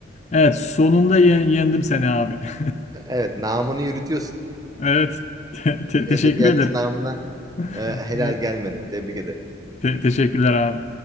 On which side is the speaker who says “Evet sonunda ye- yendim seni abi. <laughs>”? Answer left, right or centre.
Left